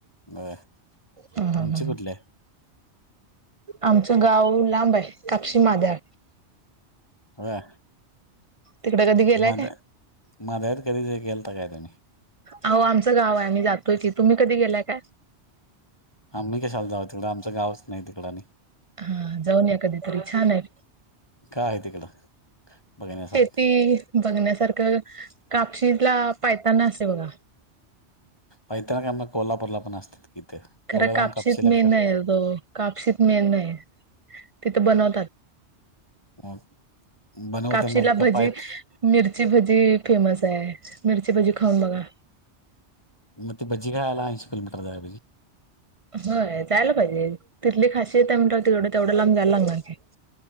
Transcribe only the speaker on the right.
हं हं
हं
आमचं गाव लांब आहे कापशी माधळ
तिकडे कधी गेलाय
काय?
अहो आमचं गाव आहे आम्ही जातोय की तुम्ही कधी गेलाय काय?
हा जाऊन या कधीतरी छान हाय.
शेती बघण्यासारखं कापशीतला पायतान असतंय बघा.
खरं
कापशीत
मेन आहे तो कापशीत मेन ये. तिथं बनवतात
कापशीला
भजी
मिरची भजी फेमस हाय मिरची भजी खाऊन बघा.
होय जायला पाहिजे तिथली खाशियत हाय म्हंटल्यावर तिकड तेवढ्या लांब जायला लागणार कि.